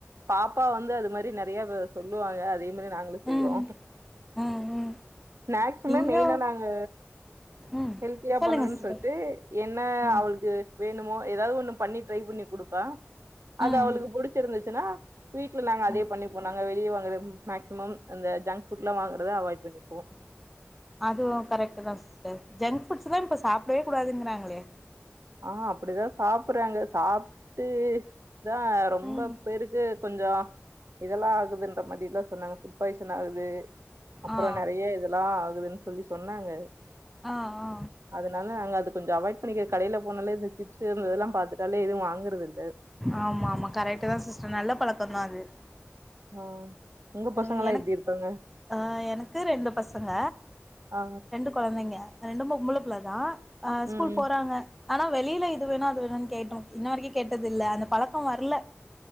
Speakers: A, on the right (about 75°); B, in the centre.
A: பாப்பா வந்து அது மாரி நெறைய வ சொல்லுவாக அதே மாரி நாங்க களு செய்வோ
B: ம் ம் ம்
A: ஸ்நாக்சுமே
B: இங்க
A: மெயினா நாங்க
B: ம்
A: ஹெல்தியா
B: சொல்லுங்க
A: பண்ணணு
B: சிஸ்டர்
A: சொல்லிட்டு என்ன
B: ம்
A: அவளுக்கு வேணுமோ ஏதாவது ஒண்ணு பண்ணி ட்ரை பண்ணி குடுப்ப அது
B: ம்
A: அவளுக்கு புடிச்சிருந்துச்சுன்னா வீட்ல நாங்க அதேயே
B: ம்
A: பண்ணிப்போ நாங்க வெளியே வாங்கற மேக்சிமம் அந்த ஜங்க் ஃபுட்லா வாங்கிறத அவாய்ட் பண்ணிப்போ
B: அதுவு கரெக்ட்டுதா சிஸ்டர் ஜங்க் ஃபுட்ஸ்தா இப்போ சாப்டவே கூடாதுங்கிறாங்களே
A: ஆ அப்டிதா சாப்றாங்க சாப்ட்டு தா ரொம்ப
B: ம்
A: பேருக் கு கொஞ்ச இதெல்லா ஆகுதுன்ற மாரி எல்லா சொன்னாங்க ஃபுட் பாய்சன் ஆகுது அப்புறோ
B: ஆ
A: நெறைய இதெல்லா ஆகுதுன்னு சொல்லி சொன்னாங்க
B: ஆ ஆ
A: அதுனால நாங்க அது கொஞ்ச அவாய்ட் பண்ணிக்கிற கடையில போனாலே இந்த சிப்ஸு இந்த இதெல்லா பாத்துட்டாலே எதுவு வாங்குறது இல்ல
B: ஆமா ஆமா கரெக்ட்டுதா சிஸ்டர் நல்ல பழக்கம் தா அது
A: ஆ உங்க
B: ம்
A: பசங்கலாம்
B: எனக்
A: எப்டி இருப்பாங்க
B: ஆ எனக்கு ரெண்டு பசங்க
A: ஆ
B: ரெண்டு கொழந்தைங்க ரெண்டு பொம்பள புள்ள தா ஆ
A: ம்
B: ஸ்கூல்
A: ம்.
B: போறாங்க ஆனா வெளியில இது வேணு அது வேணுனு கேட்டோ இன்ன வரைக்கு கேட்டது இல்ல அந்த பழக்கம் வர்ல